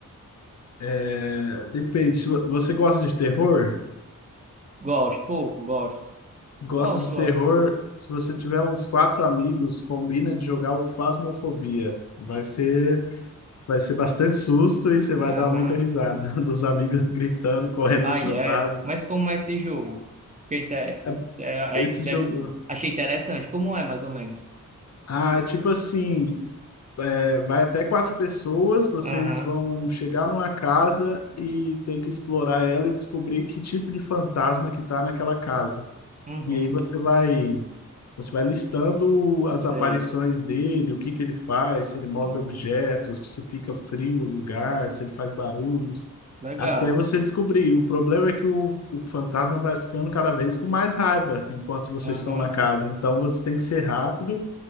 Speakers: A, on the left; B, on the right.
A: é... depende. Se vo- você gosta de terror,
B: Gosto, pouco, gosto.
A: gosta
B: Gosto,
A: de
B: gosto.
A: terror, se você tiver uns quatro amigos, combina de jogar o Phasmophobia. Vai ser Vai ser bastante susto e você vai
B: Aham.
A: dar muita risada <laughs> dos amigos gritando, correndo
B: Aí
A: os fantasmas.
B: é. Mas como é esse jogo? Que inte- é-
A: É- Esse
B: é- deve-
A: jogo.
B: Achei interessante. Como é, mais ou menos?
A: Ah, é tipo assim, é, vai até quatro pessoas, vocês
B: Aham,
A: vão chegar numa casa e tem que explorar ela e descobrir que tipo de fantasma que tá naquela casa.
B: uhum,
A: E aí você vai, você vai listando as
B: Sei.
A: aparições dele, o que que ele faz, se ele move
B: Ah,
A: objetos, se fica frio o lugar, se ele faz barulhos.
B: legal.
A: Até você descobrir. O problema é que o, o fantasma vai ficando cada vez com mais raiva enquanto vocês
B: aham,
A: estão na casa. Então você tem que ser rápido